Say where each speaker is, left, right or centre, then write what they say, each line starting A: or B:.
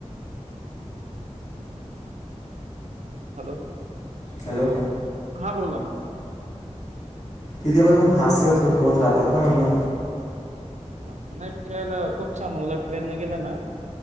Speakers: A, on the right (about 75°); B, on the left (about 75°).
A: हॅलो....
B: हॅलो.....
A: हां बोला ना...
B: तिथे पण म हास्य होत हो होत राहतात ना म्हणलं...
A: हा नाही फिरायला खूप छान उल ट्रेन न गेलं ना